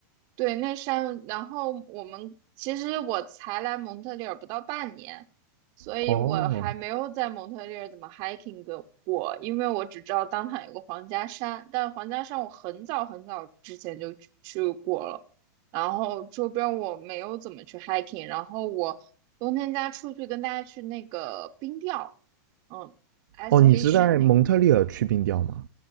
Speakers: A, on the right; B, on the right.
A: 对，那山，然后我们其实我才来蒙特利尔不到半年，所以我还没有在蒙特利尔怎么
B: 哦，
A: hiking 的过，因为我只知道当场有个皇家山，但皇家山我很早很早之前就去去过了，然后周边我没有怎么去 hiking，然后我冬天家出去跟大家去那个冰钓，嗯，ice
B: 哦，你是在蒙特利尔去冰钓吗？
A: fishing 那个。